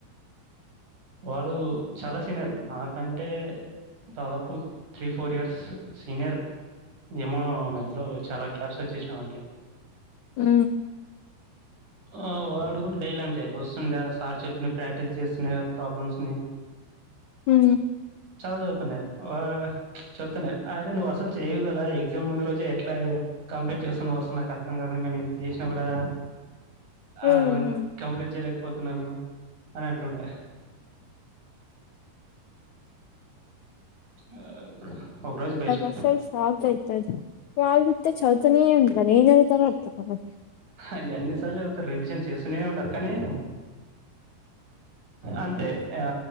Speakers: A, on the right; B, on the left.
A: వాడు చాలా సీనియర్ నాకంటే దాదాపు త్రీ ఫోర్ ఇయర్స్ సీనియర్ ఏమో మధ్యలో చాలా గ్యాప్స్ వచ్చేసినాయి వానికి
B: ఉ
A: ఆ వాడు కూడా డైలీ అంతే వస్తుండ సార్ చెప్పిన ప్రాక్టీస్ చేస్తున్నా ప్రాబ్లమ్స్ ని
B: మ్
A: చాలా చదువుతుండే ఆ చెప్తుండే అరే నువ్వు అసలు చేయవు కదా ఎగ్జామ్ ముందు రోజే ఎట్లా కంప్లీట్ చేస్తున్నావ్ అసలు నాకు అర్థం కాదదు మేము ఎంత చేసినా కూడా ఆ
B: ఉమ్
A: నను కంప్లీట్ చేయలేకపోతున్నాను అని అంటుండే ఆ ఒక రోజు బెస్ట్
B: అటు సైడ్ సాగుతది వాళ్ళు చుతే చదువుతానే ఉంటరు ఎం చదువుతారో అర్థకాదు
A: అవి అన్ని సార్లు చదువుతారు రివిజన్ చేస్తూనే ఉంటారు కానీ అంతే ఆ